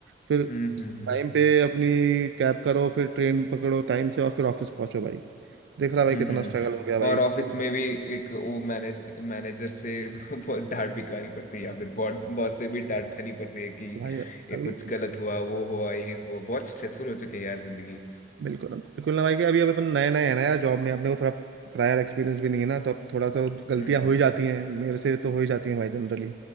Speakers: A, on the right; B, on the left.
A: फिर
B: हम्म हम्म
A: टाइम पे अपनी कैब करो फिर ट्रेन पकड़ो टाइम से और फिर ऑफिस पहुंचो भाई देख रहा
B: हम्म,
A: भाई कितना
B: हम्म।
A: स्ट्रगल
B: हम्म।
A: हो गया भाई
B: और ऑफिस
A: जीवन
B: में
A: में
B: भी एक वो मैनेज मैनेजर से <laughs> बहुत डांट भी खानी पड़ती है या फिर बॉस बॉस से भी डांट खानी पड़ती है कि
A: तो भाई
B: ये
A: अभी
B: कुछ गलत हुआ वो हुआ ये हुआ बहुत स्ट्रेसफुल हो चुकी है यार जिंदगी
A: बिल्कुल बिल्कुल ना भाई कि अभी अभी अपन नए नए हैं ना यार जॉब में अपने को थोड़ा प्रायर एक्सपीरियंस भी नहीं है ना तो अब थोड़ा सा गलतियां
B: हम्म हम्म
A: हो ही जाती हैं मेरे से तो हो ही जाती हैं भाई जनरली